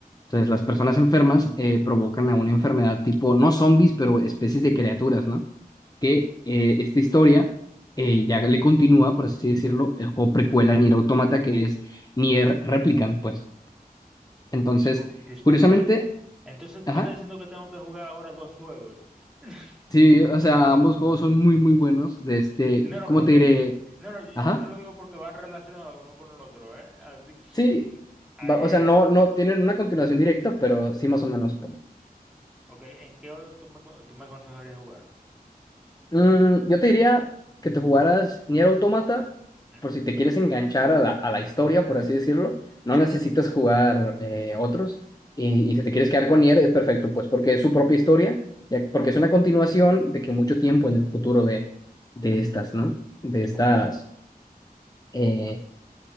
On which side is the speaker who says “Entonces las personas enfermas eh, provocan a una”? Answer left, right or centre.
Left